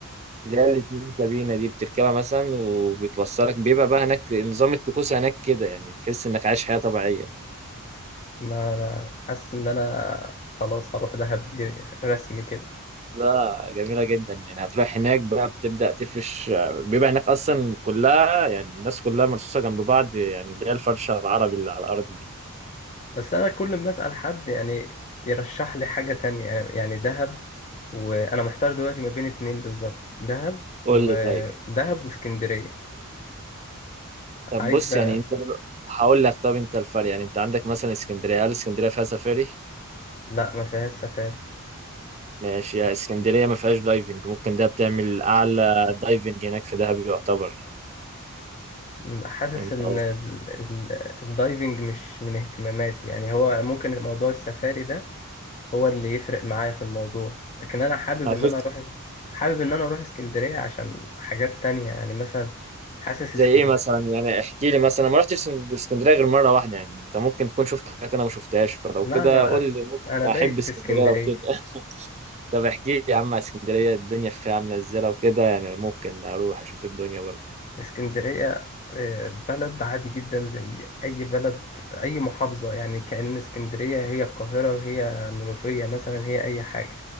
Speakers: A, on the right (about 30°); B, on the left (about 30°).
A: اللي هي الاتنين كابينة دي بتركبها مثلا وبتوصلك بيبقى بقى هناك نظام الطقوس هناك كده يعني تحس انك عايش حياة طبيعية
B: ما أنا حاسس إن أنا خلاص هروح دهب دي رسمي كده
A: لا جميلة جدا يعني هتروح هناك بقى بتبدأ تفرش بيبقى هناك أصلا كلها يعني الناس كلها مرصوصة جنب بعض يعني اللي هي الفرشة العربي اللي على الأرض دي
B: بس أنا كل ما أسأل حد يعني يرشح لي حاجة تانية يعني دهب وأنا محتار دلوقتي ما بين اتنين بالظبط دهب
A: قول
B: ودهب
A: لي طيب
B: واسكندرية عايزة
A: طب بص يعني أنت دلو- هقول لك طب أنت الفرق يعني أنت عندك مثلا اسكندرية هل اسكندرية فيها سفاري؟
B: لا ما فيهاش سفاري
A: ماشي يا اسكندرية ما فيهاش دايفنج ممكن ده بتعمل أعلى دايفنج هناك في دهب يعتبر
B: م- حاسس
A: أنت
B: ان ال- ال- الدايفنج مش من اهتماماتي يعني هو ممكن موضوع السفاري ده هو اللي يفرق معايا في الموضوع لكن انا حابب
A: بس
B: ان انا اروح حابب ان انا اروح اسكندرية عشان حاجات تانية يعني مثلا حاسس
A: زي
B: اسكندرية
A: ايه مثلا يعني احكي لي مثلا ما رحتش اسكندريه غير مره واحده يعني انت ممكن تكون شفت حاجات انا ما شفتهاش فلو
B: لا
A: كده
B: انا
A: قول لي ممكن
B: انا بايت
A: احب اسكندريه
B: في اسكندرية
A: لو كده <laughs> طب احكي لي يا عم على اسكندريه الدنيا فيها عامله ازاي لو كده يعني ممكن اروح اشوف الدنيا برضه
B: اسكندرية آه، بلد عادي جدا زي اي بلد اي محافظة يعني كأن اسكندرية هي القاهرة هي منوفية مثلا هي اي حاجة